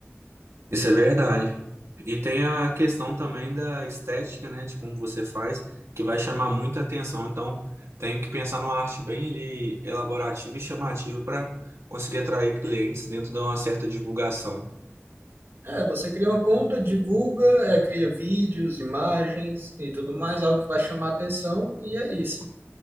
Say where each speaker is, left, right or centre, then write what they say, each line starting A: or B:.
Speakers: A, on the right; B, on the right.
A: Isso é verdade. E tem a questão também da estética, né, de como você faz, que vai chamar muita atenção. Então, tenho que pensar numa arte bem ali elaborativa e chamativa para conseguir atrair clientes dentro de uma certa divulgação.
B: É, você cria uma conta, divulga, é, cria vídeos, imagens e tudo mais, algo que vai chamar atenção, e é isso.